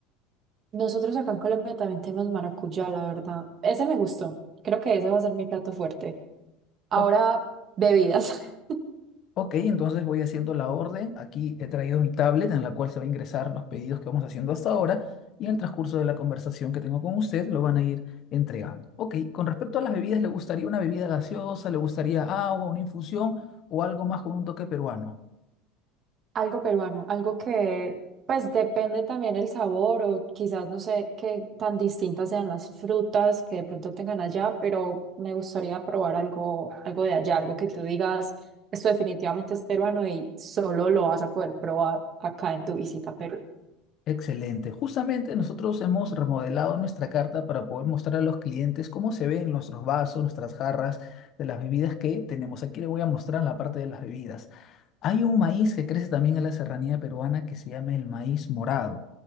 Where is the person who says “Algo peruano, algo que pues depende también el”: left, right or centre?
Right